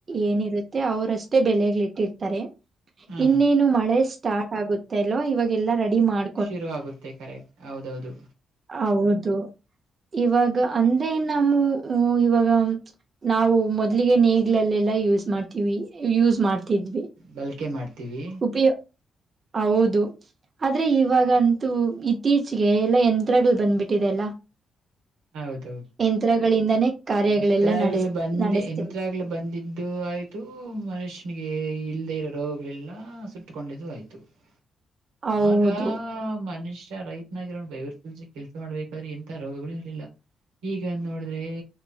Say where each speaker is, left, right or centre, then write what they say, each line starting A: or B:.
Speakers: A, on the right; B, on the right.
A: ಏನಿರುತ್ತೆ ಅವ್ರಷ್ಟೇ ಬೆಲೆಗ್ಲಿ ಇಟ್ಟಿರ್ತಾರೆ.
B: ಹ
A: ಇನ್ನೇನು ಮಳೆ ಸ್ಟಾರ್ಟ್ ಆಗುತ್ತೆ ಅಲ್ವಾ ಇವಾಗೆಲ್ಲಾ ರೆಡಿ ಮಾಡ
B: ಶುರು ಆಗುತ್ತೆ ಕರೆ ಹೌದೌದು.
A: ಹೌದು ಇವಾಗ ಅಂದೇ ನಮೂ ಹ್ಮ್ ಇವಾಗ ನಾವು ಮೊದ್ಲಿಗೆ ನೇಗ್ಲಿಲ್ಲೆಲ್ಲಾ ಯೂಸ್ ಮಾಡ್ತೀವಿ ಯೂಸ್ ಮಾಡ್ತಿದ್ವಿ.
B: ಬಲ್ಕೆ ಮಾಡ್ತೀವಿ.
A: ಉಪಿ ಹೌದು. ಆದ್ರೆ ಇವಾಗಂತೂ ಇತ್ತೀಚಿಗೆ ಎಲ್ಲಾ ಯಂತ್ರಗಳ ಬಂದ್ಬಿಟ್ಟಿದೆಲ್ಲ.
B: ಹೌದು
A: ಯಂತ್ರಗಳಿಂದಾನೇ ಕಾರ್ಯಗಳೆಲ್ಲ
B: ಎಂತ್ರಗಲ
A: ನಡೆಸ್
B: ಬಂದ
A: ನಡೆಸ್ತೀವಿ
B: ಎಂತ್ರಾಗ್ಲ ಬಂದಿ ಇದು ಆಯಿತು ಮನುಷ್ಯನಿಗೆ ಇಲ್ಲದೆೇ ಇರೋ ರೋಗಗಳೆಲ್ಲ ಸುಟ್ಟುಕೊಂಡಿದ್ದು ಆಯಿತು. <inaudible>
A: ಹೌದು
B: ಆಗ ಮನಷ್ಯ ರೈತನಾಗಿರೋ ಬೇವರ ಸುಲ್ಸಿ ಕೆಲ್ಸ ಮಾಡ್ಬೇಕಾದ್ರೆ ಎಂತ ರೋಗಗಳು. ಇಲ್ಲಾ ಈಗ ನೋಡ್ರೆ